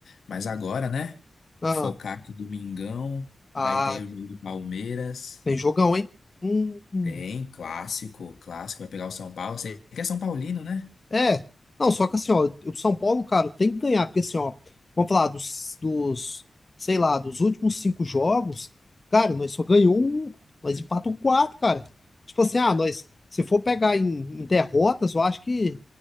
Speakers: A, on the left; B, on the left.
A: Mas agora, né?
B: Ah,
A: Focar que Domingão
B: ah,
A: vai ter o jogo do Palmeiras.
B: tem jogão, hein? Hum, hum.
A: Tem clássico, clássico. Vai pegar o São Paulo. Você que é São Paulino, né?
B: É, não, só que assim, ó, o São Paulo, cara, tem que ganhar, porque assim, ó, vamos falar dos, dos, sei lá, dos últimos cinco jogos, cara, nós só ganhou um, nós empatamos quatro, cara. Tipo assim, ah, nós, se for pegar em, em derrotas, eu acho que,